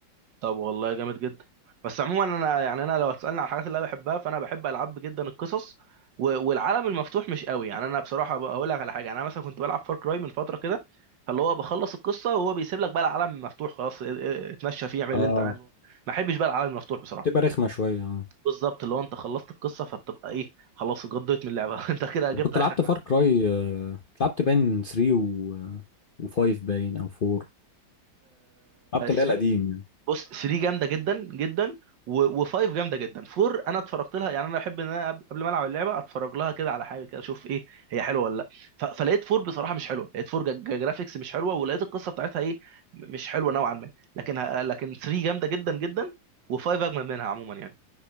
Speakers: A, on the right; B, on the left.
A: طب والله جامد جدا بس عموما انا يعني انا لو هتسالني على الحاجات اللي انا بحبها فانا بحب العاب جدا القصص و- والعالم المفتوح مش قوي يعني انا بصراحه بقى هقول لك على حاجه انا مثلا كنت بلعب فار كراي من فتره كده فاللي هو بخلص القصه وهو بيسيب لك بقى العالم مفتوح خلاص ا- ا- اتمشى فيه اعمل اللي
B: اه
A: انت عايزه ما احبش بقى العالم المفتوح بصراحه
B: تبقى رخمه شويه اه
A: بالظبط اللي هو انت خلصت القصه فبتبقى ايه خلاص اتقضيت من اللعبه <laughs> انت كده جبت
B: كنت
A: اخرك
B: لعبت
A: معاك
B: فار كراي لعبت باين 3 و و5 باين او 4 لعبت اللي
A: 3
B: هي القديم يعني
A: بص 3 جامده جدا جدا و5 جامده جدا 4 انا اتفرجت لها يعني انا بحب ان انا قبل ما العب اللعبه اتفرج لها كده على حاجه كده اشوف ايه هي حلوه ولا لا ف- فلقيت 4 بصراحه مش حلوه لقيت 4 جا- جا- جرافيكس مش حلوه ولقيت القصه بتاعتها ايه م- مش حلوه نوعا ما لكن ه- لكن 3 جامده جدا جدا و5 اجمل منها عموما يعني